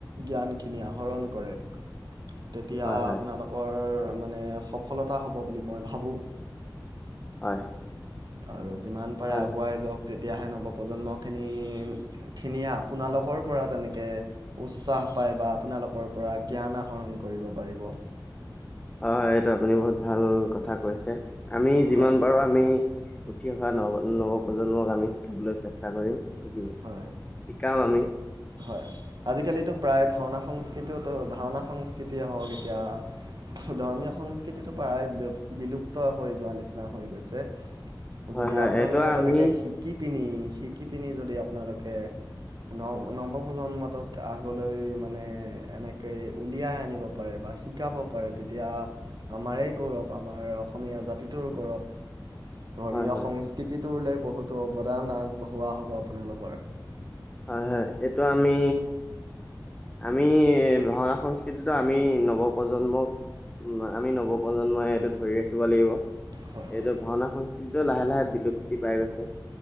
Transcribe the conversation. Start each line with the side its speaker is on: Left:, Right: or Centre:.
Right: জ্ঞানখিনি আহৰণ কৰে। তেতিয়া
Left: হয়
Right: আপোনালোকৰ
Left: হয়
Right: মানে সফলতা হ'ব বুলি মই ভাবোঁ।
Left: হয়।
Right: আৰু যিমান পাৰে
Left: হয়
Right: আগুৱাই যাওক তেতিয়াহে নৱপ্ৰজন্মখিনি- খিনিয়ে আপোনালোকৰ পৰা তেনেকে- উৎসাহ পায় বা আপোনালোকৰ পৰা জ্ঞান আহৰণ কৰিব পাৰিব।
Left: হয় হয় এইটো আপুনি বহুত ভাল কথা কৈছে আমি যিমান
Right: হয়
Left: পাৰোঁ আমি- উঠি অহা নৱ নৱপ্ৰজন্মক আমি শিকাবলৈ চেষ্টা কৰিম শিকিব শিকাম
Right: হয়
Left: আমি।
Right: হয় আজিকালিতো প্ৰায় ভাওনা সংস্কৃতিওতো ভাওনা সংস্কৃতিয়ে হওঁক এতিয়া ধৰ্মীয় সংস্কৃতিটো প্ৰায় বিলুপ বিলুপ্ত হৈ যোৱা নিচিনা হৈ গৈছে।
Left: হয়
Right: যদি
Left: হয়
Right: আপোনালোকে
Left: এইটো আমি
Right: তেনেকে শিকি পিনি শিকি পিনি যদি আপোনালোকে নৱ নৱপ্ৰজন্মটোক আগলৈ মানে এনেকে উলিয়াই আনিব পাৰে বা শিকাব পাৰে তেতিয়া আমাৰেই গৌৰৱ আমাৰ অসমীয়া জাতিটোৰ গৌৰৱ। ধৰ্মীয়
Left: হয় হয়
Right: সংস্কৃতিটোলে বহুতো অৱদান আগবঢ়োৱা হ'ব আপোনালোকৰ।
Left: হয় হয় এইটো আমি আমি ভাওনা সংস্কৃতিতো আমি নৱপ্ৰজন্মক আমি নৱপ্ৰজন্মই এইটো ধৰি ৰাখিব লাগিব।
Right: হয়
Left: এইটো, ভাওনা সংস্কৃতিটো লাহে লাহে বিলুপ্তি পাই গৈছে।